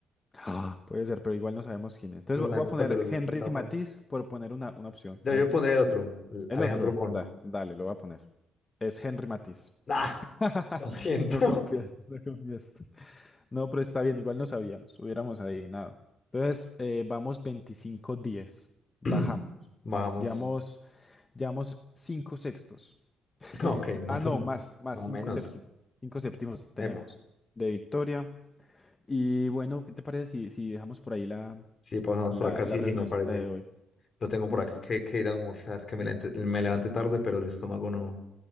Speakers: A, on the left; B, on the left.
A: Ah, puede ser, pero igual no sabemos quién es. Entonces
B: No sabemos
A: vo- voy a poner
B: cuál de los dos
A: Henry
B: pintaba fauna.
A: Matisse por poner una, una opción.
B: Yo,
A: A
B: yo
A: ver qué
B: pondría
A: pasa.
B: el otro, el
A: El
B: Alejandro
A: otro,
B: Bon.
A: da, dale, lo voy a poner. Es Henry Matisse.
B: ¡Ah!
A: <laughs>
B: Lo siento.
A: No confiaste, no confiaste. No, pero está bien, igual no sabíamos, hubiéramos adivinado. Entonces, eh, vamos veinticinco diez, Bajamos.
B: <clears throat> <laughs> Bajamos.
A: Llevamos, llevamos 5 sextos. <laughs>
B: Ok, más
A: Ah, no,
B: o menos.
A: más, más,
B: No
A: 5
B: menos.
A: séptimos. cinco séptimos tenemos
B: Epa.
A: de victoria. Y bueno, ¿qué te parece si, si dejamos por ahí la
B: Sí, pasamos
A: la,
B: por acá.
A: la
B: Sí,
A: reunioncita
B: sí, me parece.
A: de hoy.
B: Lo tengo
A: Listo.
B: por acá que, que ir a almorzar, que me levante, me levante tarde, pero el estómago no,